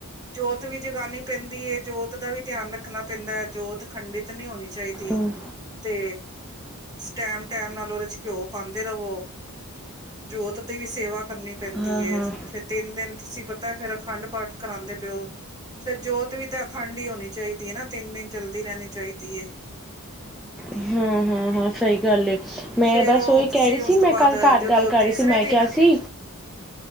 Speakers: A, on the right; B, in the centre.
A: ਜੋਤ ਵੀ ਜਗਾਨੀ ਪੈਂਦੀ ਹੈ ਜੋਤ ਦਾ ਵੀ ਧਿਆਨ ਰੱਖਣਾ ਪੈਂਦਾ ਹੈ ਜੋਤ ਖੰਡਿਤ ਨਹੀਂ ਹੋਣੀ ਚਾਹੀਦੀ
B: ਹਮ,
A: ਤੇ ਸਟੈਂਪ ਟਾਇਮ ਨਾਲ ਉਹਦੇ ਚ ਘਿਓ ਪਾਉਂਦੇ ਰਵੋ ਜੋਤ ਦੀ ਵੀ ਸੇਵਾ ਕਰਨੀ ਪੈਂਦੀ
B: ਹਾਂ
A: ਹੈ
B: ਹਾਂ
A: ਫਿਰ ਤਿੰਨ ਦਿਨ ਤੁਸੀਂ ਪਤਾ ਫਿਰ ਅਖੰਡ ਪਾਠ ਕਰਾਉਂਦੇ ਪਿਓ ਫਿਰ ਜੋਤ ਵੀ ਤਾਂ ਅਖੰਡ ਹੀ ਹੋਣੀ ਚਾਹੀਦੀ ਹੈ ਨਾ ਤਿੰਨ ਦਿਨ ਚੱਲਦੀ ਰਹਿਣੀ ਚਾਹੀਦੀ ਹੈ
B: ਹਾਂ ਹਾਂ ਹਾਂ ਸਹੀ ਚੱਲ ਮੈਂ
A: ਫੇਰ
B: ਬਸ
A: ਉਹ
B: ਉਹੀ
A: ਤੁਸੀਂ
B: ਕਹਿ ਰਹੀ
A: ਉਸ
B: ਸੀ
A: ਤੋਂ
B: ਮੈਂ
A: ਬਾਅਦ
B: ਕੱਲ ਘਰ
A: ਜਦੋਂ
B: ਗੱਲ ਕਰ
A: ਤੀਸਰੇ
B: ਰਹੀ ਸੀ ਮੈਂ
A: ਦਿਨ
B: ਕਿਹਾ ਸੀ